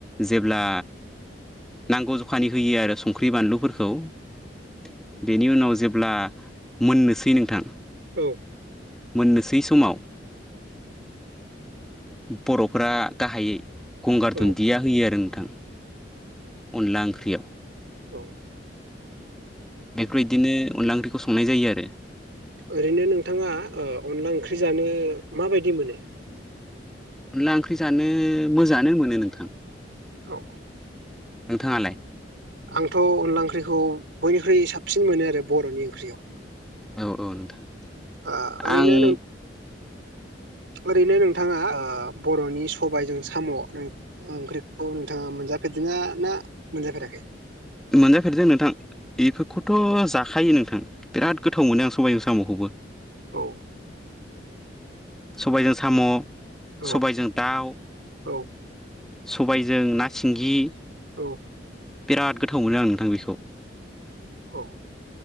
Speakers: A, in the centre; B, on the right.
A: जेब्ला नांगौ जखानि होयो आरो संख्रि बानलुफोरखौ खौ बेनि उनाव जेब्ला मोननोसै नोंथां
B: औ
A: मोननोसै समाव बरफोरा गाहायै गंगार
B: औ
A: दुन्दिया होयो आरो नोंथां अनला ओंख्रियाव
B: औ
A: बेफोरबायदिनो अनला ओंख्रिखौ संनाय जायो आरो
B: ओरैनो नोंथाङा अनला ओ ओंख्रि जानो माबायदि मोनो?
A: अनला ओंख्रि जानो मोजाङानो मोनो नोंथां
B: औ
A: नोंथाङालाय
B: आंथ अनला ओंख्रिखौ बयनिख्रुइ साब सिन मोनो आरो बरनि ओंख्रियाव
A: औ औ नोंथां
B: आं ओरैनो
A: आं
B: नों ओरैनो नोंथाङा आ बरनि सबाइजों साम ओं ओंख्रिखौ नोंथाङा मोनजाफेर दोङा ना मोनजाफेराखै?
A: मोनजाफेरदों नोंथां बेफोरखौथ जाखायो नोंथां बिराद गोथाव मोनो आं सबाइजों सामखौबो
B: औ
A: सबायजों साम
B: औ
A: सबायजों दाउ
B: औ
A: सबायजों ना सिंगि
B: औ
A: बिराद गोथाव मोनो आं नोंथां बेखौ
B: औ